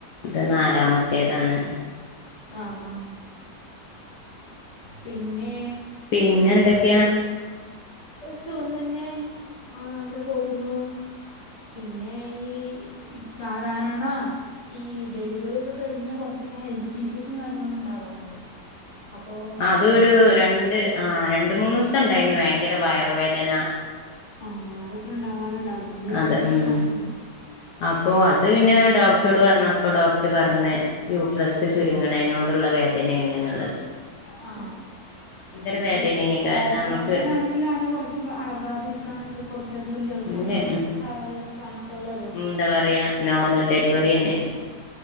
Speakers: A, on the left; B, on the left.
A: ഇത് നാലാമത്തേതാണ്.
B: ആ, പിന്നേ
A: പിന്നെ എന്തക്കെയാ?
B: സുഖംതന്നെ. ആ, അങ്ങനെ പോകുന്നു. പിന്നെ ഈ സാധാരണ ഈ ഡെലിവറി ഒക്കെ കഴിഞ്ഞാ കുറച്ചൊക്കെ ഹെൽത്ത് ഇഷ്യൂസും കാര്യങ്ങളും ഉണ്ടാവാറ്ണ്ട് അപ്പോ
A: അത് ഒരു രണ്ട് ആ, രണ്ട്മൂന്നൂസംണ്ടേനി ഭയങ്കര വയർവേദന.
B: ആ, അതൊക്കെഇണ്ടാവാറുണ്ട് അതോണ്ട് ചോദിച്ചതാണ്.
A: അത് ഉം അപ്പൊ അത് പിന്നെ ഡോക്റ്റോട് പറഞ്ഞപ്പോ ഡോക്റ്റ് പറഞ്ഞ് യൂട്രസ് ചുര്ങ്ങ്ണേനോടുള്ള വേദനേണ് ന്ന്ള്ളത്.
B: ആ, ഈ
A: വേദനേന് കാരണം
B: ഓപ്പറേഷനാണെങ്കിലാണ്
A: നമുക്ക്
B: കൊറച്ച്പ്പൊ അളകാതിരി ക്കാനൊക്കെ കുറച്ചധികം ദിവസം
A: ഇല്ല
B: അളകാതിരിക്കാനൊക്കെള്ളത്
A: എന്താപറിയാ നോർമൽ ഡെലിവറിയെന്നേണ്